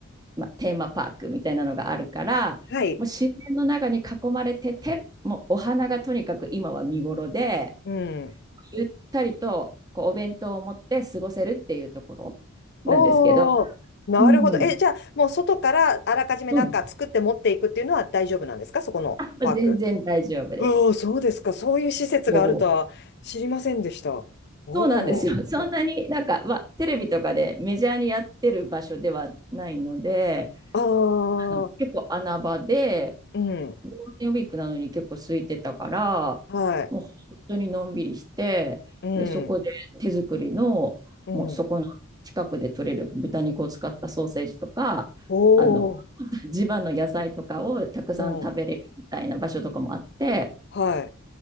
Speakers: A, on the right (about 15°); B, on the left (about 45°).
A: まあ、テーマパークみたいなのがあるから、
B: はい、
A: もう自然の中に囲まれてて、もうお花がとにかく今は見頃で、
B: うん。
A: ゆったりとこうお弁当を持って過ごせるっていうところなんですけど、
B: おー、なるほど。
A: うん、
B: え、じゃあ、もう外からあらかじめなんか作って持っていくっていうのは大丈夫なんですかそこのパーク。
A: うん、あ、全然大丈夫です。
B: おー、そうですか。そういう施設があるとは知りませんでした。
A: もう
B: おー。
A: そうなんですよ。そんなになんか、まあ、テレビとかでメジャーにやってる場所ではないので、
B: あー、
A: あの結構穴場で、
B: うん。
A: ゴールデンウィークなのに結構空いてたから、
B: はい。
A: もう本当にのんびりして、
B: うん。
A: で、そこで手作りの、
B: うん。
A: もうそこの近くで取れる豚肉を使ったソーセージとか、
B: おー。
A: あの、<laughs> 地場の野菜とかをたくさん食べれるみたいな場所とかもあって、
B: うん。はい。